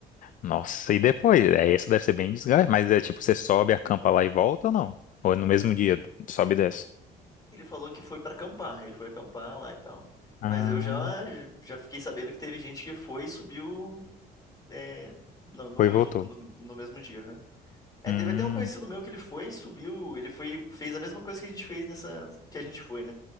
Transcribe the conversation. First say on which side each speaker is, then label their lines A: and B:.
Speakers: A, on the left; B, on the left.
A: Nossa, e depois? É, essa deve ser bem desgaste, mas é tipo, você sobe, acampa lá e volta ou não? Ou é no mesmo dia, sobe e desce?
B: Ele falou que foi pra acampar, ele foi acampar lá e tal.
A: Ah,
B: Mas eu já já fiquei sabendo que teve gente que foi e subiu é, no, no,
A: foi
B: mesmo,
A: e voltou.
B: no, no mesmo dia, aham. É,
A: Hum,
B: teve até um conhecido meu que ele foi, subiu, ele foi, fez a mesma coisa que a gente fez nessa que a gente foi, né?